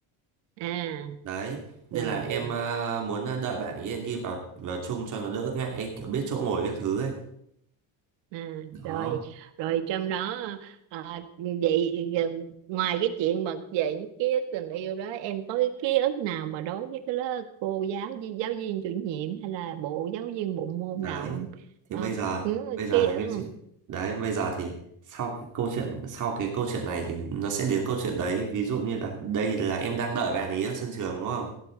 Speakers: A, on the right; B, on the right.
A: à
B: đấy nên
A: rồi
B: là em à, muốn à, đợi bạn ý đi vào vào chung cho nó đỡ ngại ấy, kiểu biết chỗ ngồi cái thứ ấy
A: À,
B: đó
A: rồi rồi trong đó à, vậy giờ ngoài cái chuyện mà về những ký ức tình yêu đó em có cái ký ức nào mà đối với cái lớp cô giáo viên giáo viên chủ nhiệm hay là bộ giáo viên bộ môn
B: đấy
A: nào không
B: thì bây
A: à,
B: giờ
A: ừ,
B: bây giờ
A: ký
B: là
A: ức
B: em sẽ đấy bây giờ thì sau cái câu chuyện sau cái câu chuyện này thì nó sẽ đến câu chuyện đấy ví dụ như là đây là em đang đợi bạn ấy ở sân trường đúng không